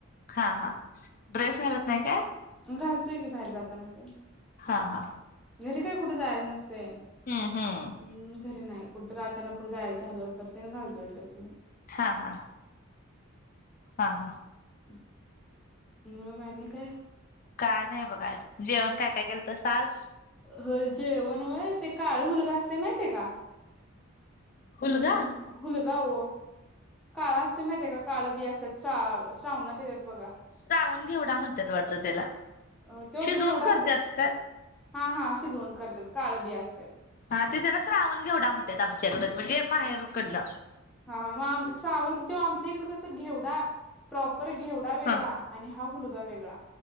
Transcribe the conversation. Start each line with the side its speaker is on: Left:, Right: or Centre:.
Left: हा हा ड्रेस घालत नाही का
Centre: घलतोय गी बाहेर जाताना ते
Left: हा हा
Centre: घरी काही कुठे जायच नसते हम्
Left: हम्म हम्म
Centre: घरी नाहीच कुठं तर अचानक कुठं जायच झालं तर ते न घलतो ड्रेस मग
Left: हा हा हा हा
Centre: हंग कान का
Left: काय नाही बघा जेवण काय काय केलं तर साज
Centre: ह जेवण आहे ते काळ मुलगा असते माहिित आहे का
Left: हुलगा
Centre: हम्म हलगव काळा असते माहिितय काळं बी असतात श्रा श्रावण ना त्याच्यात बघा
Left: रावून घेवढा मद्दत वटत त्याला
Centre: अ तो
Left: शिजवून
Centre: घेवडा
Left: करतात का
Centre: हा हा शिजवून करतात काळ बी असत
Left: हा ते त्याला श्रावण घेवढा म्हणत आमच्याकडून म्हणजे माहेरकडनं.
Centre: हा हा हा हा मग आम श्रावण त आमच्या इकडे कसं घेवडा प्रॉपर घेवडा वेगळा
Left: हा
Centre: आणि हा हुल्गा वेगळा